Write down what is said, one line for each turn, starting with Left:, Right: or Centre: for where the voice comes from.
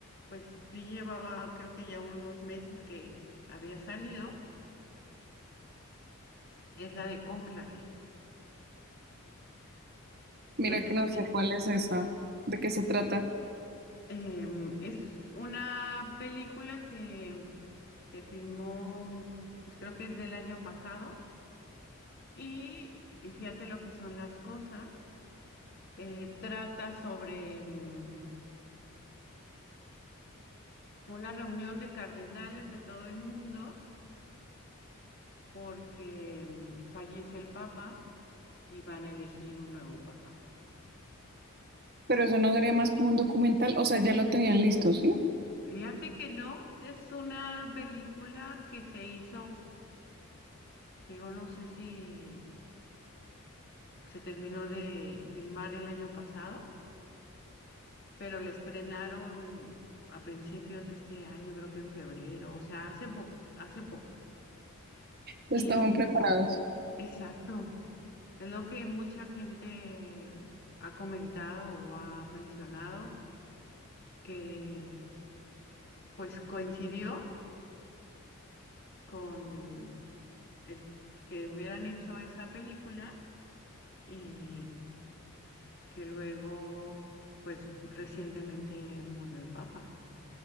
Left: pues sí llevaba creo que ya unos meses que había salido, es la de Cónclave.
Right: mira
Left: No sé
Right: que no
Left: si
Right: sé cuál es esa, de qué se trata,
Left: em, es una película que se filmó, pues creo que es del año pasado, y, y fíjate lo que son las cosas. eh, trata sobre... mm, una reunión de cardenales de todo el mundo porque mm, fallece el papa y van a elegir un nuevo papa.
Right: pero eso no sería más como un documental, o sea, ya lo tenían listo, ¿sí?
Left: Fíjate que no, es una película que se hizo, digo, no sé si se terminó de filmar el año pasado, pero la estrenaron a principios de este año, creo que en febrero, o sea, hace po- hace poco.
Right: Ya
Left: Y
Right: estaban preparados.
Left: Exacto. Es lo que mucha gente ha comentado o ha mencionado, que pues coincidió con el que hubieran hecho esa película y que luego pues recientemente murió el Papa.